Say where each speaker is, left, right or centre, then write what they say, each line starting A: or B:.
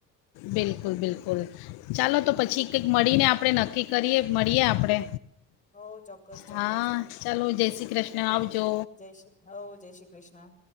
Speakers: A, on the left; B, on the left.
A: બિલકુલ બિલકુલ ચાલો તો પછી કંઈક મળીને આપણે નક્કી કરીએ, મળીએ આપણે.
B: હો ચોક્કસ ચોક્કસ
A: હા ચાલો જય શ્રી કૃષ્ણ
B: ચલો,
A: આવજો
B: જય શ્રી, હો જય શ્રી કૃષ્ણ.